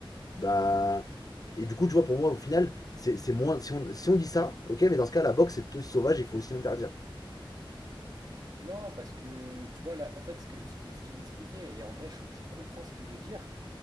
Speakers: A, on the left; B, on the right.
A: Bah. Et du coup, tu vois, pour moi, au final, c'est c'est moins. Si on, si on dit ça, ok, mais dans ce cas, la boxe, c'est tout aussi sauvage, il faut aussi l'interdire.
B: Non, parce que tu vois là, en fait, ce que, ce qui- ce qu'il expliquait, et en vrai, je, je comprends ce qu'il veut dire,